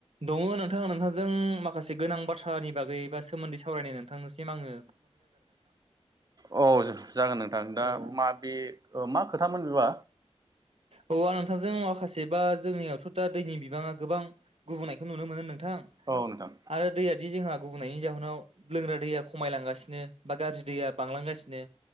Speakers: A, on the right (about 60°); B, on the right (about 35°).
A: दङ नोंथां नोंथांजों माखासे गोनां बाथ्रानि बागै बा सोमोन्दै सावरायनो नोंथांनिसिम आंङो
B: अ जागोन नोंथां दा
A: औ
B: मा बे ओ मा खोथामोन बेबा?
A: औ आं नोंथांजों माखासे बा जोंनियावथ' दा दैनि बिबाङा गोबां गुबुंनायखौ नुनो मोनो नोंथां
B: औ नोंथां
A: आरो दैयादि जोंहा गुबुंनायनि जाहोनाव लोंग्रा दैया खमायलांगासिनो बा गाज्रि दैया बांलांगासिनो